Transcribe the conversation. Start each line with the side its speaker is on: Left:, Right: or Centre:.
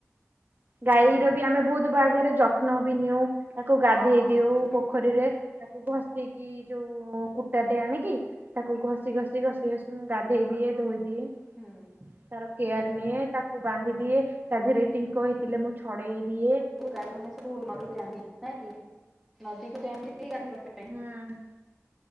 Right: ଗାଈର
Centre: ହୁଁ
Right: ବି ଆମେ ବହୁତ ଭାଗରେ ଯତ୍ନ ବି ନଉ ତାକୁ ଗାଧେଇ
Centre: ହଁ ହଁ
Right: ଦଉ ପୋ ପୋଖରୀରେ ତାକୁ ଘଷିକି ଯୋଉ କୁଟାଟେ ଆଣିକି ତାକୁ ଘଷିଘଷି ଘଷି ସଏ ସ ମୁଁ ଗାଧେଇଦିଏ ଧୋଇଦିଏ
Centre: ହୁଁ
Right: ତାର କେୟାର ନିଏ ତାକୁ ବାନ୍ଧିଦିଏ। ତା ଦେହରେ ଟିଙ୍କ ହୋଇଥିଲେ ମୁଁ ଛଡେଇ ଦିଏ।
Centre: ଯୋଉ ଗାଈ ମାନେ ସବୁ ନଦୀକୁ ଯାଆନ୍ତି କାଇଁକି? ନଦୀକୁ ଯାଆନ୍ତି ଗାଧୋଇ ପାଇଁ <unintelligible>
Right: ହୁଁ,